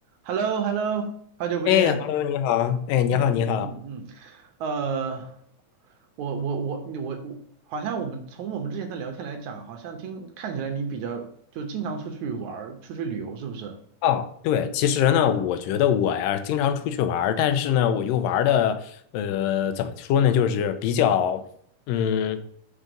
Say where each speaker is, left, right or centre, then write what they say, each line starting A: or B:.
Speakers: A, on the right; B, on the left.
A: h e l l o h e l l o 好久不见。
B: 哎，Hello，你好，哎，你好，
A: 嗯嗯嗯嗯，
B: 你好，
A: 呃，我我我你我我，好像我们从我们之前的聊天来讲，好像听看起来你比较就经常出去玩儿，出去旅游，是不是？
B: 哦，对，其实呢，我觉得我呀经常出去玩儿，但是呢，我又玩的呃，怎么说呢，就是比较嗯，